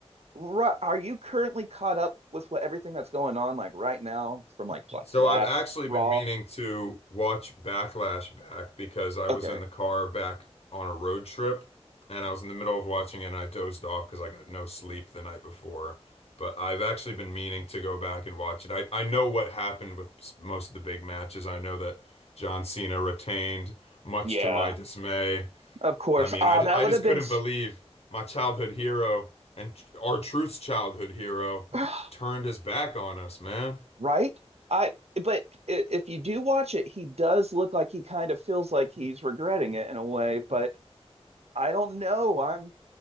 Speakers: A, on the right; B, on the left.
A: ri- are you currently caught up with what everything that's going on like right now from like like
B: So
A: last
B: I've actually
A: Raw?
B: been meaning to watch Backlash back because I
A: Okay.
B: was in the car back on a road trip and I was in the middle of watching it and I dozed off because I got no sleep the night before. But I've actually been meaning to go back and watch it. I, I know what happened with s- most of the big matches. I know that John Cena retained, much
A: Yeah,
B: to my dismay.
A: of course.
B: I mean,
A: Oh,
B: I, ju-
A: that
B: I
A: would
B: just
A: have
B: couldn't
A: been s-
B: believe my childhood hero and our truth's childhood hero
A: <sighs>
B: turned his back on us, man.
A: right? I but i- if you do watch it, he does look like he kind of feels like he's regretting it in a way, but I don't know. I'm